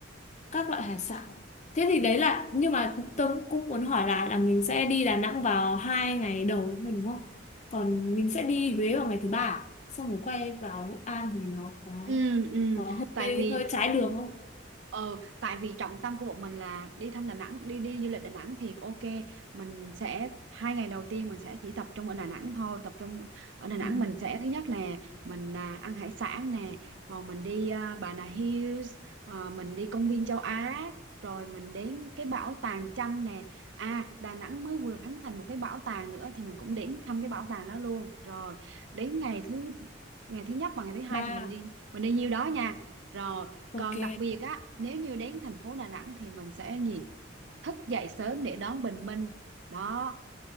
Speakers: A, on the left (about 35°); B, on the right (about 65°).
A: các loại hải sản. Thế thì đấy là nhưng mà tôi cũng muốn hỏi lại là mình sẽ đi Đà Nẵng vào hai ngày đầu thôi đúng không? Còn mình sẽ đi Huế vào ngày thứ ba, à? xong rồi quay vào Hội An thì nó có
B: ừ ừ
A: có
B: tại
A: hơi
B: vì
A: hơi trái đường
B: ừ,
A: không?
B: ờ tại vì trọng tâm của bọn mình là đi thăm Đà Nẵng đi đi du lịch Đà Nẵng thì ok mình sẽ hai ngày đầu tiên mình sẽ chỉ tập trung ở Đà Nẵng thôi tập trung ở Đà Nẵng
A: Ừ.
B: mình sẽ thứ nhất nè mình à, ăn hải sản nè rồi mình đi à, Bà Nà Hills ờ, mình đi công viên châu Á rồi mình đến cái bảo tàng Chăm nè à Đà Nẵng mới vừa khánh thành một cái bảo tàng nữa thì mình cũng đến thăm cái bảo tàng đó luôn rồi đến ngày thứ ngày thứ nhất và ngày thứ hai
A: Ba,
B: thì mình đi mình đi nhiêu đó nha rồi
A: ok.
B: còn đặc biệt á nếu như đến thành phố Đà Nẵng thì mình sẽ gì thức dậy sớm để đón bình minh đó